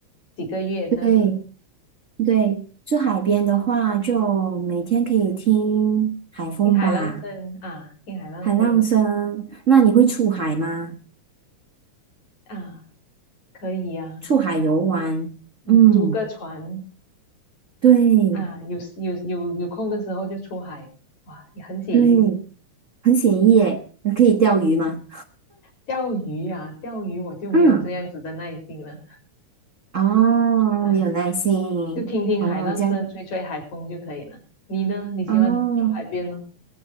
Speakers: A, on the left; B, on the right.
A: 几个月这样子，
B: 对。对，住海边的话，就每天可以听海风吧，
A: 听海浪声啊，听海浪声
B: 海浪声。那你会出海吗？
A: 啊，可以啊。
B: 出海游玩？
A: 嗯，
B: 嗯，
A: 租个船
B: 对
A: 啊，有有有有空的时候就出海，哇，也很写意。
B: 对，很写意耶。那可以钓鱼吗？
A: 钓鱼啊，钓鱼我就没有这样子的耐心了
B: 嗯，哦，
A: 啊，
B: 没有耐心。
A: 就听听海浪声，
B: 哦，这样。
A: 吹吹海风就可以了。你呢？你喜欢住海边吗？
B: 哦，